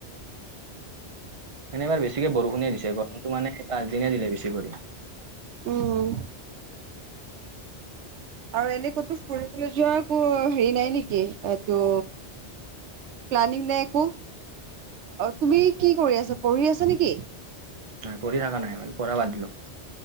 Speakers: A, on the right (about 30°); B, on the right (about 80°).
A: মানে এবাৰ বেছিকে বৰষুণিয়ে দিছে গৰমতো মানে পাঁছ দিনহে দিলে বেছি কৰি।
B: উম। আৰু এনে ক'তো ফুৰিবলৈ যোৱাৰ একো হেৰি নাই নেকি এইটো প্লানিং নাই একো, তুমি কি কৰি আছা পঢ়ি আছা নেকি?
A: নাই পঢ়ি থাকা নাই মানে পঢ়া বাদ দিলো।